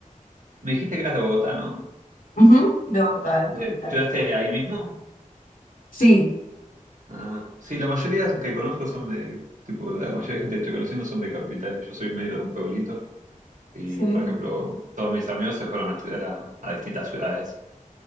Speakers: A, on the right; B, on the left.
A: Me dijiste que eras de Bogotá, ¿no?
B: Ujú, De Bogotá, de la capital.
A: Eh, ¿Estudiaste ahí mismo?
B: Sí,
A: Ah, sí, la mayoría que conozco son de, tipo, la mayoría de gente que estoy conociendo son de capitales. Yo soy medio de un pueblito y,
B: sí,
A: por ejemplo, todos mis amigos se fueron a estudiar a, a distintas ciudades,